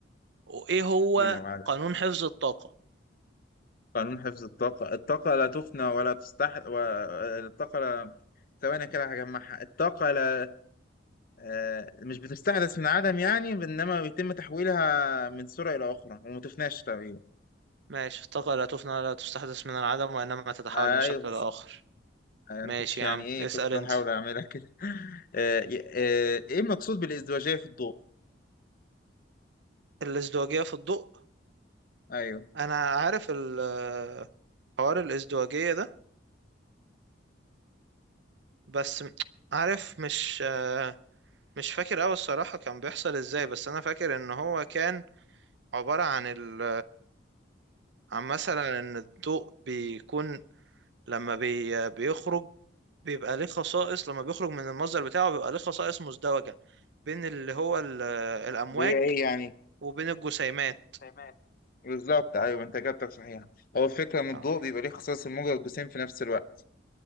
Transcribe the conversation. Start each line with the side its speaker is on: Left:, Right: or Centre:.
Right: وإيه هو
Left: قول يا معلم
Right: قانون حفظ الطاقة
Left: قانون حفظ الطاقة الطاقة لا تفنى ولا تستحدث و... الطاقة لا ثواني كده هجمعها الطاقة لا آه، مش بتستحدث من عدم يعني انما بيتم تحويلها من سرعة إلى أخرى وما تفناش تقريبا
Right: ماشي الطاقة لا تفنى ولا تستحدث من العدم وإنما تتحول
Left: ايوه
Right: من شكل لآخر
Left: يعني
Right: ماشي
Left: انا كنت يعني
Right: يا عم
Left: ايه
Right: اسأل
Left: كنت
Right: أنت
Left: بحاول اعملها كده <laughs> آه، آه، ايه المقصود بالازدواجيه في الضوء
Right: الازدواجية في الضوء
Left: ايوه
Right: أنا عارف ال- آه، حوار الازدواجية ده بس م- عارف مش آه، مش فاكر أوي الصراحة كان بيحصل إزاي بس أنا فاكر إن هو كان عبارة عن ال عن مثلا ان الضوء بيكون لما بي بيخرج بيبقى ليه خصائص لما بيخرج من المصدر بتاعه بيبقى ليه خصائص مزدوجة بين اللي هو ال- الأمواج
Left: اللي هي ايه يعني
Right: وبين الجسيمات
Left: تمام بالظبط ايوه انت اجابتك صحيحه هو الفكره ان الضوء
Right: آه.
Left: بيبقى ليه خصائص الموجه والجسيم في نفس الوقت